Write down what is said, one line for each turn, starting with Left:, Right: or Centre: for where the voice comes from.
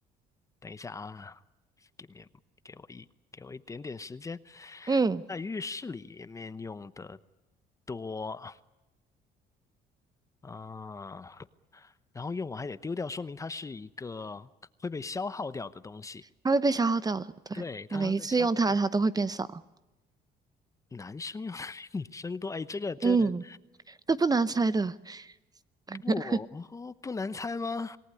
Left: 等一下啊给 i 给我一给我一点点时间，
Right: 嗯，
Left: 在浴室里面用的多。啊，然后用完还得丢掉，说明它是一个会被消耗掉的东西。
Right: 它会被消耗掉的，对，
Left: 对，它会被消耗。
Right: 你每一次用它，它都会变少，
Left: 男生用的比女生多，哎，这个这个
Right: 嗯，这不难猜的，<laughs>
Left: 不哦不难猜吗？